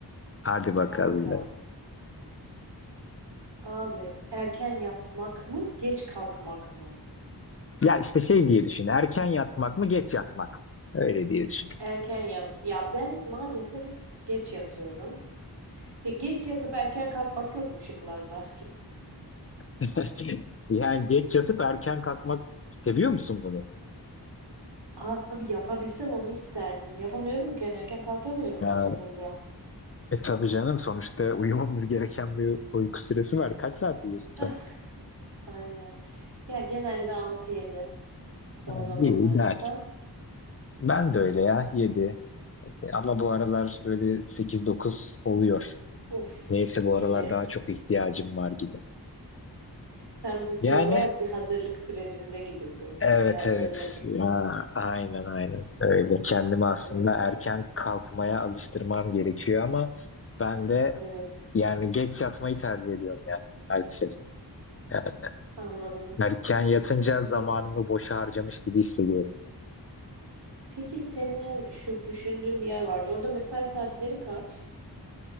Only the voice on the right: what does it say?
kanka. Abi erken yatmak mı, geç kalkmak mı?
Erken yat. Ya ben maalesef geç yatıyorum. Ya geç yatıp erken kalkmak yok mu şıklarda?
<laughs> Abi yapabilsem onu isterdim. Yapamıyorum ki. yani erken kalkamıyorum
geç yatınca.
<laughs> Aynen. Ya genelde altı yedi. son
zamanlarda
sen.
Uf
iyi.
Sen bu sıralar
bir hazırlık sürecinde gibisin sanki.
Hazırlık.
Hadi bakalım.
Evet.
Anladım.
Pe-
Peki senin şu düşündüğün bir yer vardı. Orada mesai saatleri kaç?